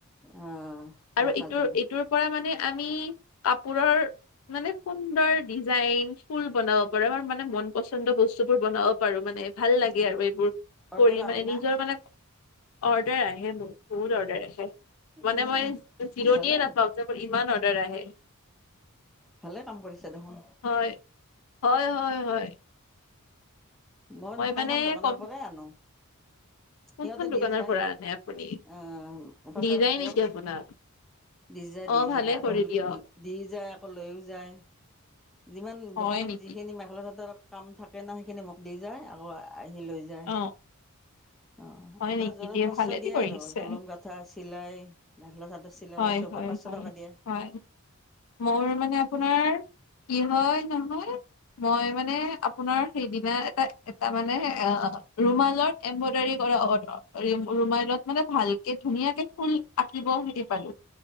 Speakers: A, in the centre; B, on the left (about 65°).
A: আহ জানা
B: আৰু ইটো
A: জানা
B: ইটোৰ পৰা মানে আমি কাপোৰৰ মানে সুন্দৰ ডিজাইন, ফুল বনাব পাৰোঁ, আমাৰ মানে মন পছন্দ বস্তুবোৰ বনাব পাৰোঁ মানে মানে ভাল লাগে আৰু এইবোৰ
A: অৰ্ডাৰ
B: কৰি, মানে
A: আহে
B: নিজৰ
A: না
B: মানে অৰ্ডাৰ আহে বহুত অৰ্ডাৰ আহে মানে,
A: উম।
B: মই জিৰণি
A: ভালেই
B: নেপাওঁ যে মোৰ ইমান অৰ্ডাৰ আহে!
A: ভালে কাম কৰিছে দেখোন
B: হয়', - হয়', - হয়', - হয়',।
A: মই তাৰমানে
B: মানে
A: এখন দোকানৰ
B: কম
A: পৰাই আনো সিহঁতে
B: কোনখন দোকানৰ
A: দি যায়,
B: পৰা আনে আপুনি
A: অ', পাটৰ
B: দি যায়
A: কাপোৰ
B: নেকি আপোনাক
A: দি যায়,
B: অ
A: দি
B: ভালে
A: যায়, আকৌ
B: কৰি দিয়ক
A: দি যায় আকৌ লৈও যায়। যিমান
B: হয়
A: দোকানত
B: নেকি
A: যিখিনি মেখেলা চাদৰ কাম থাকে ন সেইখিনি মোক দি যায় আকৌ আহি লৈ যায়।
B: অ
A: অ', -
B: হয়
A: এটা
B: নেকি
A: জোৰত পাঁচশ
B: ভালেদি
A: দিয়ে
B: কৰিছে
A: আৰু জুলুং গাথাঁ, চিলাই মেখেলা চাদৰ চিলোৱা
B: হয়
A: চব
B: হয়
A: পাঁচশ টকা দিয়ে
B: হয় মোৰ মানে আপোনাৰ কি হয় নহয় মই মানে আপোনাৰ সেইদিনা এটা মানে ৰুমালত এম্ৰইডাৰি অ ৰুমাইলত মানে ভালকে ধুনীয়াকে ফুল আঁকিব হেৰি পালো